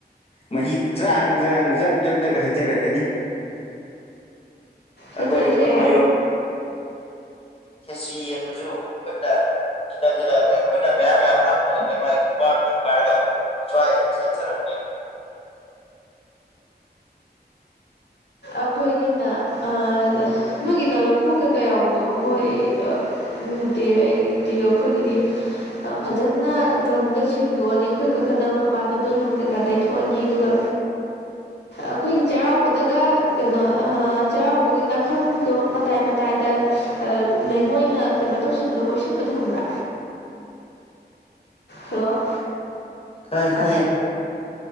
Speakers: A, on the left; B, on the left.
A: ꯃꯍꯤꯗꯨ ꯆ꯭ꯔꯥꯡꯖꯥꯡ ꯖ꯭ꯔꯛ ꯖ꯭ꯔꯛ ꯖ꯭ꯔꯛ ꯍꯩꯙꯔꯛꯀꯅꯤ ꯑꯩꯈꯣꯏꯁꯨ
B: ꯐꯖꯗ꯭ꯔꯦ
A: ꯑꯗꯨꯝ ꯃꯌꯨꯝ ꯈꯦꯆ꯭ꯔꯤ ꯌꯦꯟꯕꯖꯨ ꯈꯨꯠꯅ ꯈꯤꯇꯪ ꯈꯤꯇꯪ ꯑ ꯈꯨꯠꯅ ꯃꯌꯥꯝ ꯃꯌꯥꯝ ꯍꯥꯞꯄꯒ ꯅꯠꯇꯦ ꯃꯥꯏ ꯈꯨꯕꯥꯛꯅ ꯄꯥꯏꯔꯒ ꯖꯋꯥꯏ ꯆꯥꯏꯊꯔꯝꯃꯅꯤ
B: ꯑꯈꯣꯏꯒꯤꯅ ꯑ ꯅꯣꯏꯒꯤꯅ ꯂꯐꯨ ꯀ ꯀꯩ ꯌꯥꯎꯕꯗꯣ ꯍꯣꯏ ꯑꯥ ꯎꯗꯦ ꯑꯩꯗꯤ ꯑꯩꯈꯣꯏꯒꯤꯗꯤ ꯐꯖꯅ ꯂꯝꯗꯣ ꯁꯦꯡꯗꯣꯛꯑꯅꯤ ꯑꯩꯈꯣꯏ ꯀꯛꯀꯗꯕ ꯃꯄꯥꯗꯣ ꯗꯣ ꯂꯝ ꯀꯩꯀꯥ ꯇꯩꯊꯣꯛꯑꯅꯤ ꯑꯗꯨꯒ ꯑꯈꯣꯏꯒꯤ ꯆꯩꯔꯥꯎꯕꯗꯒ ꯀꯩꯅꯣ ꯑꯥ ꯆꯩꯔꯥꯎꯕꯒꯤ ꯀꯠꯐꯝꯗꯣ ꯃꯇꯥꯏ ꯃꯇꯥꯏꯗ ꯑꯥ ꯂꯩꯉꯣꯏꯅ ꯀꯩꯅꯣ ꯇꯧꯁꯟꯕꯗꯣ ꯀꯣꯏꯁꯤꯟꯕꯗꯣ ꯍꯪꯕ꯭ꯔꯥ ꯍꯜꯂꯣ
A: ꯈꯪꯉꯦ ꯈꯪꯉꯦ